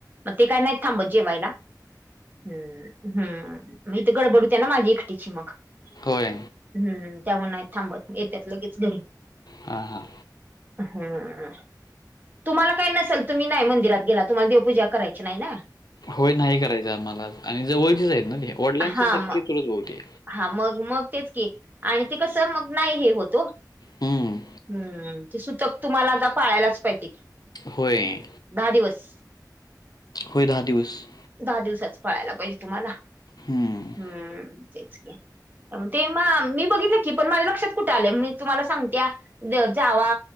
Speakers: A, on the right; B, on the left.
A: म ते काय थांबत जेवायला हम्म, हम्म म इथ गडबडते होती ना माझी एकटीची मग हम्म.
B: होय
A: त्यामुळं नाही थांबत येत्यात लगेच घरी.
B: हा हा,
A: हम, तुम्हाला काही नसेल तुम्ही नाही मंदिरात गेला तुम्हाला देवपूजा करायची नाही ना.
B: होय नाही करायचं आम्हाला आणि जवळचेच आहेत ना ते वडिलांशी
A: हा
B: सख्खे
A: मग
B: चुलत भाऊ ते.
A: हा मग मग तेच की आणि ते कसं मग नाही हे होतो.
B: हम्म
A: हम्म ते सुतक तुम्हाला आता पाळायलाच पाहिजे की,
B: होय,
A: दहा दिवस.
B: होय दहा दिवस.
A: दहा दिवसाच पळायला पाहिजे तुम्हाला
B: हम्म
A: हम्म तेच ग ते म मी बघितलं की पण माझ्या लक्षात कुठे आलं मी तुम्हाला सांगते्या. जावा